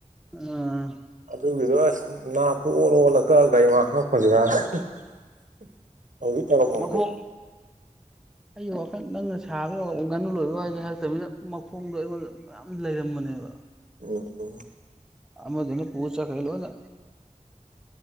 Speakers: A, in the centre; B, on the right.
A: ꯑꯥ
B: ꯑꯗꯨꯒꯤꯗꯣ ꯑꯁ ꯅꯥꯞꯇꯣ ꯑꯣꯜꯂ ꯑꯣꯜꯂ ꯀꯛꯑꯥ ꯀꯛꯑꯥ ꯒꯥꯔꯤꯃꯥꯡ ꯍꯥꯞꯈ꯭ꯔꯁꯤꯔꯥ <inaudible> ꯇꯧꯔꯝꯃꯕꯅꯦ
A: ꯃꯈꯣꯡ ꯑꯩꯒꯤ ꯋꯥꯈꯜ ꯅꯪꯅ ꯁꯥꯕꯒꯤ ꯉꯅꯨ ꯂꯣꯏꯕꯩ ꯋꯥꯍꯩ ꯍꯥꯏꯔꯛꯇꯕꯅꯤꯅ ꯃꯈꯣꯡꯗꯣ ꯑꯩꯉꯣꯟꯗ ꯃꯌꯥꯝ ꯂꯩꯔꯝꯕꯅꯦꯕ
B: ꯎꯝ
A: ꯑꯃꯗꯨꯅ ꯄꯨꯨ ꯆꯠꯈ꯭ꯔꯦ ꯂꯣꯏꯅ